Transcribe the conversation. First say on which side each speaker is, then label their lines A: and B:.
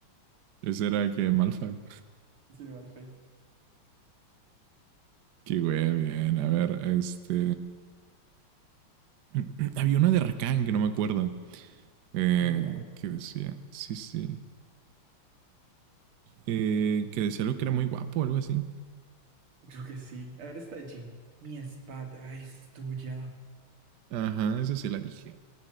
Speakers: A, on the right; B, on the right.
A: ese era que Malfoy.
B: Sí, mal feito.
A: Que güey, bien. A ver, este. <clears throat> <coughs> Había una de Rakan que no me acuerdo. eh,
B: A ver, a ver.
A: que decía. Sí, sí. eh, que decía algo que era muy guapo, o algo así.
B: Creo que sí. Ahora está esta Mi espada es tuya.
A: Ajá, esa sí la dije.